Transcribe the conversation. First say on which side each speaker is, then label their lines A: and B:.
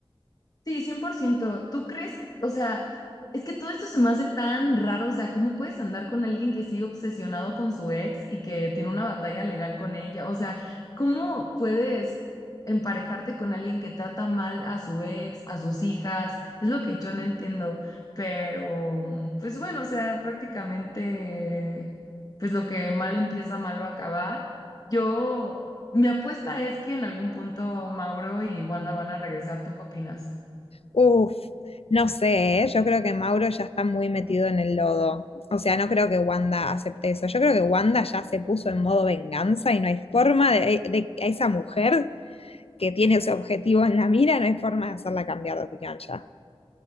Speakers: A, on the left; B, on the left.
A: Sí, 100%. ¿Tú crees? O sea, es que todo esto se me hace tan raro. O sea, ¿cómo puedes andar con alguien que sigue obsesionado con su ex y que tiene una batalla legal con ella? O sea, ¿cómo puedes emparejarte con alguien que trata mal a su ex, a sus hijas? Es lo que yo no entiendo. Pero, pues bueno, o sea, prácticamente, pues lo que mal empieza, mal va a acabar. Yo, mi apuesta es que en algún punto Mauro y Wanda van a regresar. ¿Tú qué opinas?
B: Uf, no sé, ¿eh? Yo creo que Mauro ya está muy metido en el lodo. O sea, no creo que Wanda acepte eso. Yo creo que Wanda ya se puso en modo venganza y no hay forma de, eh, de a esa mujer que tiene ese objetivo en la mira, no hay forma de hacerla cambiar de opinión ya.